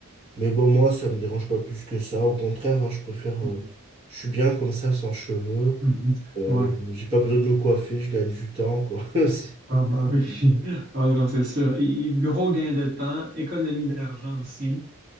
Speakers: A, on the right; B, on the right.
A: mais bon, moi, ça me dérange pas plus que ça. Au contraire, hein, je préfère.
B: Mhm.
A: euh, je suis bien comme ça, sans cheveux.
B: Mhm.
A: Euh,
B: Ouais.
A: j'ai pas besoin de me coiffer, je gagne du temps, quoi. <laughs> C'est-
B: Ah bah oui. <laughs> Ah non, c'est sûr. Et Gros gain de temps, économie d'argent aussi.